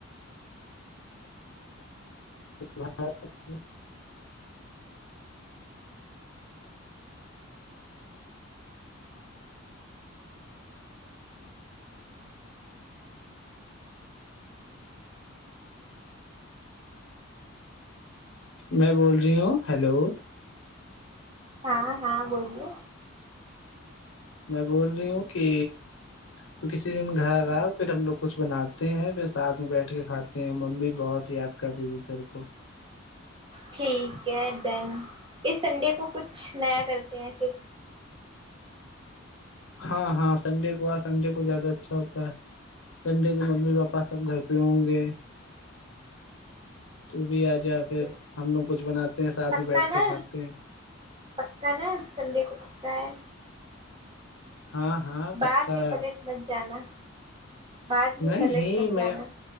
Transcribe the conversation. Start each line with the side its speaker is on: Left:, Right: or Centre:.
Left: مار <unintelligible> میں بول رہی ہوں ہیلو
Right: ہاں ہاں بولیے
Left: میں بول رہی ہوں کہ تو کسی دن گھر آ پھر ہم لوگ کچھ بناتے ہیں پھر ساتھ میں بیٹھ کے کھاتے ممی بہت یاد کر رہی تھی تیرے کو
Right: ٹھیک ہے ڈن اس سنڈے کو کچھ نیا کرتے ہیں پھر
Left: ہاں ہاں سنڈے کو سنڈے کو زیادہ اچھا ہوتا ہے سنڈے کو ممی پاپا سب گھر پہ ہوں گے تو بھی آ جا
Right: ٹھیک
Left: پھر
Right: ہے،
Left: ہم لوگ کچھ بناتے ہیں ساتھ
Right: پکا
Left: میں بیٹھ
Right: نا
Left: کے کھاتے ہیں
Right: پکا نا سنڈے کو پکا ہے
Left: ہاں ہاں
Right: بعد
Left: پکا
Right: میں پلٹ مت جانا بعد میں
Left: نہیں
Right: پلٹ مت جانا
Left: میں